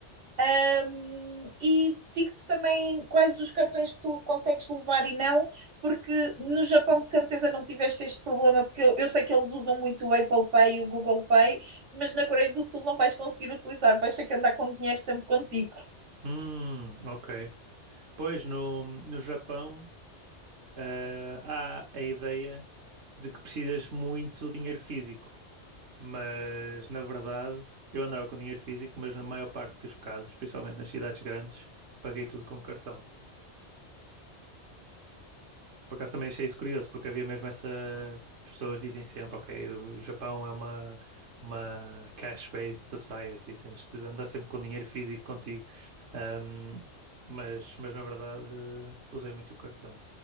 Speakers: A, on the right; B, on the right.
A: Um, e digo-te também quais os cartões que tu consegues levar e não, porque no Japão de certeza não tiveste este problema, porque eu, eu sei que eles usam muito o Apple Pay e o Google Pay, mas na Coreia do Sul não vais conseguir utilizar, vais ter que andar com dinheiro sempre contigo.
B: Hum, ok. Pois no, no Japão, eh, há a ideia de que precisas muito dinheiro físico, mas na verdade eu andava com dinheiro físico, mas na maior parte dos casos, principalmente nas cidades grandes, paguei tudo com cartão. Por acaso também achei isso curioso, porque havia mesmo essa. As pessoas dizem sempre, ok, o Japão é uma, uma cash-based society, tens de andar sempre com dinheiro físico contigo. Ahm, mas, mas na verdade usei muito o cartão.